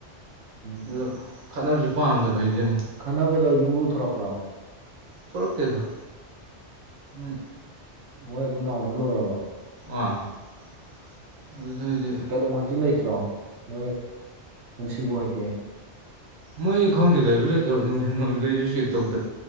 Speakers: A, on the right; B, on the right.
A: ꯎꯝ
B: ꯑꯗꫭ ꯈꯠꯅꯕꯖꯨ ꯄꯥꯝꯗꯕ ꯑꯩꯗꯤ ꯑꯃꯨꯛ
A: ꯈꯠꯅꯕꯗ ꯌꯨꯝꯕꯨ ꯊꯣꯂꯛꯄ꯭ꯔꯣ
B: ꯊꯣꯔꯛꯇꯦꯗ ꯎꯝ
A: ꯃꯣꯏ ꯑꯗꯨꯝ ꯂꯥꯎꯅ ꯂꯣꯏꯔꯕꯣ
B: <unintelligible> ꯑꯗꯨꯗꯩ
A: ꯀꯩꯅꯣ ꯍꯣꯏꯗꯤ ꯂꯩꯇ꯭ꯔꯣ ꯅꯣꯏ ꯄꯨꯟꯁꯤꯕ ꯍꯣꯏꯗꯤ
B: ꯃꯣꯏ ꯈꯪꯗꯦ ꯂꯩꯕ꯭ꯔ ꯂꯩꯇꯕ꯭ꯔ ꯅꯨꯡꯊꯤꯟ ꯑꯣꯏꯕꯗꯩ <unintelligible> ꯇꯩꯗꯦ